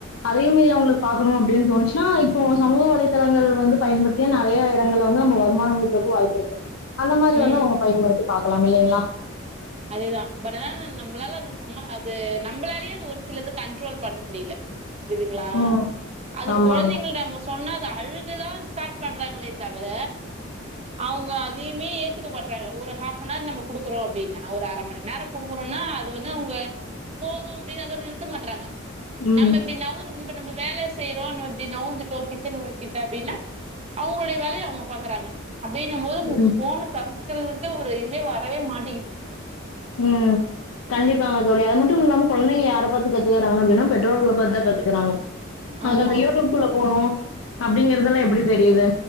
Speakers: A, on the left; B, on the right.
A: அதயு மீறி அவுங்ளுக் பாக்கணு அப்டின் தோணுச்னா இப்ப சமூக வலைதளங்கள் வந்து பயன்பட் கே நெறய எடங்கல்ல வந்து நம்ம வருமான மீட்றக்கு வாய்ப்பு இருக்கு அந்த மாரி
B: ம்
A: வந்து அவுங்க பயன்படுத்தி பாக்லா இல்லேங்ளா
B: அதேதா பட் அதால நம்ப்ளால அது சம அது நம்பளாலேயே அது ஒரு சிலது கண்ட்ரோல் பண்ண முடில இதுங்ளா
A: ம்.
B: அது
A: ஆமாங்க.
B: கொழந்தைங்ள்ட்ட மோஸ் சொன்னா அது அழுகுதா ஸ்டார்ட் பண்றாங்ளே தவர அவுங்க அதைமே ஏத்துக்க மாட்றாங்க ஒரு ஹாஃப்பனார் நம்ம குடுக்குறோ அப்டினா நா ஒரு அர மணி நேர குடுக்குறோனா அது வந்து அவுங்க போது அப்டின் அதோட நிறுத்த மாட்றாங்க
A: ம்.
B: நம்ப இப்டி நவ்ந் இப்ப நம்ப வேலச் செய்றோன் நம்ப இப்டி நவுந்துட்டோ கிச்சன் ஒர்கிட்ட அப்டின்னா அவுங்ளுடய வேலய அவுங்க பாக்குறாங்க அப்டின போது இந்த
A: ம்.
B: ஃபோன தவுக்றதுக்கு ஒரு இதுவே வரவே மாட்டேங்குது
A: ம் கண்டிப்பாங்க தோழி அது மட்டும் இல்லாம கொழந்தைங்க யார பாத்து கத்துக்றாங்க அப்டினா பெற்றோர்கள பாத் தா கத்துக்றாங்க
B: ஆமா
A: அத அந்த யூடியூப்குள்ள போணு அப்டிங்றதெல்லா எப்டி தெரியுது